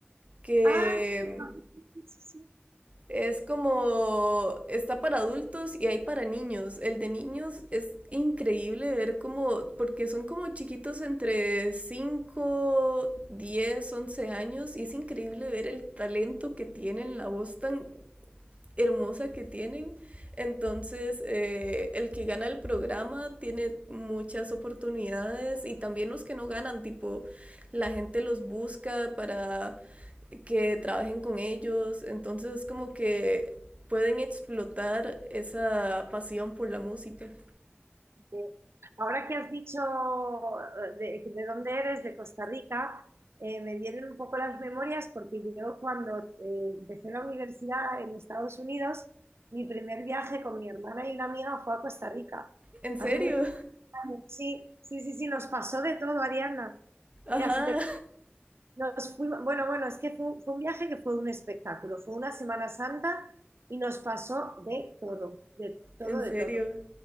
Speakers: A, on the right; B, on the right.
A: que
B: Ah, sí, sí, sí.
A: es como está para adultos y hay para niños. El de niños es increíble ver cómo, porque son como chiquitos entre 5 10 11 años y es increíble ver el talento que tienen, la voz tan hermosa que tienen. Entonces, eh, el que gana el programa tiene muchas oportunidades y también los que no ganan, tipo, la gente los busca para que trabajen con ellos. Entonces, como que pueden explotar esa pasión por la música.
B: Este, Ahora que has dicho eh, de, de dónde eres, de Costa Rica, eh, me vienen un poco las memorias porque yo cuando eh, empecé la universidad en Estados Unidos, mi primer viaje con mi hermana y una amiga fue a Costa Rica.
A: En serio,
B: Hace muchos Sí, sí, sí, sí, nos pasó de todo, Ariana.
A: <laughs>
B: Mira,
A: ajá,
B: si te, nos fuimos, bueno, bueno, es que fue, un fue un viaje que fue un espectáculo, fue una Semana Santa y nos pasó de todo, de todo,
A: en
B: de
A: serio.
B: todo.